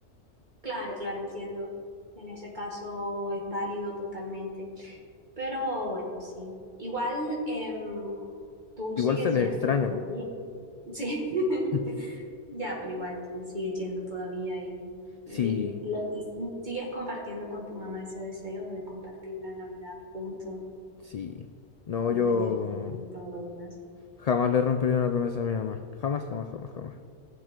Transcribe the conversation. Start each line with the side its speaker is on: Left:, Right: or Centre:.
Right: Claro, claro, entiendo. En ese caso es válido totalmente. Pero bueno, sí. Igual em, tú
Left: Igual
Right: sigues
Left: se les
Right: yendo
Left: extraña,
Right: todavía.
Left: pues.
Right: Sí. <laughs>
Left: <laughs>
Right: Ya, pero igual tú sigues yendo todavía y,
Left: Sí,
Right: y- lo- y sigues compartiendo con tu mamá ese deseo de compartir la Navidad juntos,
Left: sí. No,
Right: independientemente
Left: yo
Right: de todo lo demás.
Left: jamás le rompería una promesa a mi mamá. Jamás, jamás, jamás, jamás.